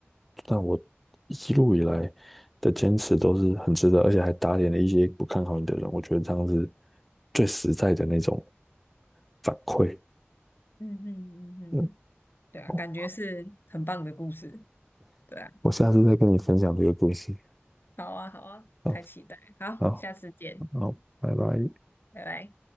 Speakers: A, in the centre; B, on the left.
A: 但我一路以来的坚持都是很值得，而且还打脸了一些不看好你的人，我觉得这样是最实在的那种反馈。
B: 嗯嗯嗯嗯，
A: 嗯。
B: 对啊，
A: 哦。
B: 感觉是很棒的故事。对啊，
A: 我下次再跟你分享这个故事。
B: 好啊好啊，
A: 好，
B: 太期待了好，
A: 好，
B: 下次见，
A: 好，拜拜。
B: 拜拜。